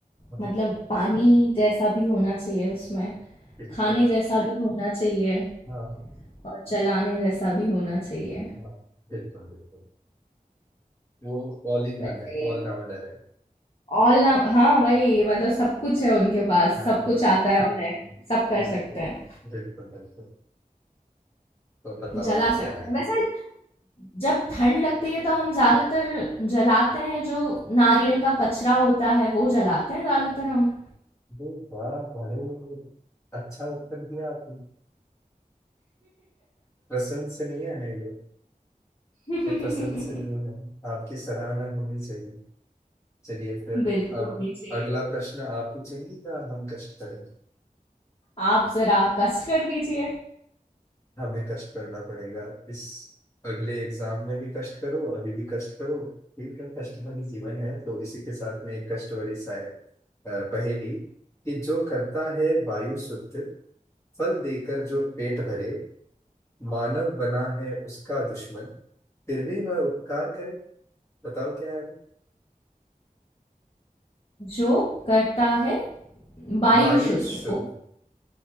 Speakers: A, on the left; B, on the left.
A: है
B: मतलब पानी जैसा भी होना चाहिए उसमें
A: बिल्कुल
B: खाने जैसा भी होना चाहिए
A: हाँ
B: और चलाने जैसा भी होना चाहिए
A: हाँ बिल्कुल बिल्कुल वो ऑल इन
B: वैसे
A: वन है ऑल राउंडर है
B: ऑल हाँ वही मतलब सब कुछ है उनके पास
A: हाँ
B: सब कुछ
A: हाँ
B: आता है उन्हें सब कर सकते
A: बिल्कुल
B: हैं
A: बिल्कुल बिल्कुल तो बताओ
B: जला
A: वो
B: सकते
A: क्या है
B: हैं वैसे जब ठंड लगती है तो हम ज़्यादातर जलाते हैं जो नारियल का कचरा होता है वो जलाते हैं ज़्यादातर हम
A: वो वाह बहुत अच्छा उत्तर दिया आपने प्रशंसनीय है ये
B: <laughs>
A: ये प्रशंसनीय है आपकी सराहना होनी चाहिए चलिए फिर
B: बिल्कुल
A: अब
B: होनी चाहिए
A: अगला प्रश्न आप पूछेंगे या हम कष्ट करें
B: आप ज़रा कष्ट कर लीजिए
A: हमें कष्ट करना पड़ेगा इस अगले एग्जाम में भी कष्ट करो अभी भी कष्ट करो ठीक है कष्ट भरी जीवन है तो इसी के साथ में एक कष्ट भरी साय अ, पहेली कि जो करता है वायु शुद्ध फल देकर जो पेट भरे मानव बना है उसका दुश्मन फिर भी वह उपकार करे बताओ क्या है वो
B: जो करता है वायु
A: वायु
B: शुद्ध
A: शुद्ध
B: ओ,